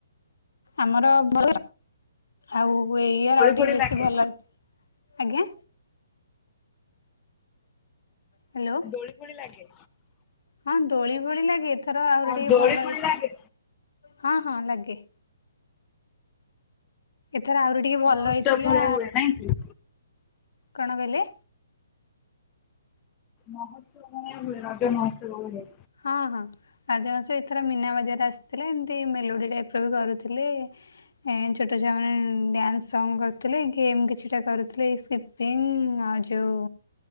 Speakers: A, on the left (about 65°); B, on the left (about 25°).
A: ଆମର ଭଲ। ଆଉ ଇଏ
B: ଦୋଳି
A: ଆଉ ଟିକେ
B: ଫୋଳି
A: ବେଶୀ
B: ଲାଗେ?
A: ଭଲ ଅଛି। ଆଜ୍ଞା। ହ୍ୟାଲୋ
B: ଦୋଳି ଫୋଳି ଲାଗେ।
A: ହଁ, ଦୋଳି ଫୋଳି ଲାଗେ। ଏଥର ଆହୁରି
B: ହଁ
A: ଟିକେ
B: ଦୋଳି
A: ଭଲ
B: ଫୋଳି
A: ହେଇ
B: ଲାଗେ
A: ହଁ, ହଁ ଲାଗେ। ଏଥର ଆହୁରି ଟିକେ ଭଲ
B: ମହୋତ୍ସବ
A: ହେଇଥିଲା।
B: ଭଳିଆ ହୁଏ ନାଇଁ କି?
A: କଣ କହିଲେ?
B: ମହୋତ୍ସବ <unintelligible> ରଜ ମହୋତ୍ସବ ହୁଏ।
A: ହଁ, ହଁ ରଜମାସ ଏଥର ମୀନା ବଜାର ଆସଥିଲେ। ଏମତି ମେଲୋଡି ଟାଇପ୍ ର କରୁଥିଲେ-ଏ। ଛୋଟ ଛୁଆ ମାନେ ଡ୍ୟାନ୍ସ, ସଂ କରୁଥିଲେ ଗେମ କିଛିଟା କରୁଥିଲେ। ଏଇ ସ୍କିପିଂ ଆଉ ଯୋଉ